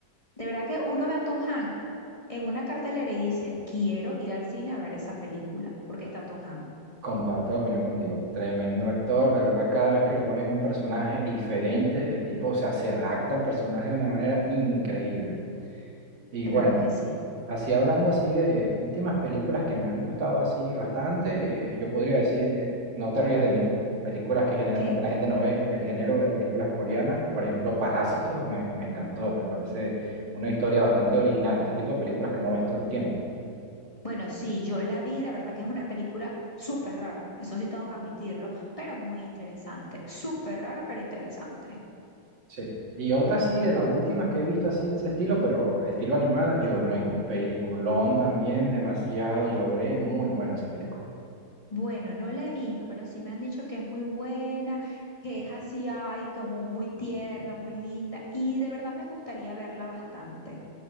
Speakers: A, on the left; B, on the right.
A: De verdad que uno ve a Tom Hanks en una cartelera y dice, quiero ir al cine a ver esa película, porque está Tom Hanks.
B: comparto la opinión contigo, tremendo actor, de verdad, cada vez que lo ponen en un personaje diferente, el tipo, o sea, se adapta al personaje de una manera increíble. Y
A: Claro
B: bueno.
A: que sí.
B: Así hablando así de últimas películas que me han gustado así bastante, eh, yo podría decir, eh, no te rías de mí, películas que generalmente
A: ¿Qué?
B: la gente no ve, el género de películas coreanas, por ejemplo, Parásitos, me, me encantó, me parece una historia bastante original, ese tipo de películas que no ves todo el tiempo.
A: Bueno, sí, yo la vi, de verdad que es una película súper rara, eso sí tengo que admitirlo, pero muy interesante, súper rara, pero interesante.
B: Sí. Y otra sí, de las últimas que he visto así de ese estilo, pero estilo animada, Your Name, peliculón también, demasiado, lloré, muy buena esa película.
A: Bueno, no la he visto, pero sí me han dicho que es muy buena, que es así, ay, como muy tierna, muy linda, y de verdad me gustaría verla bastante.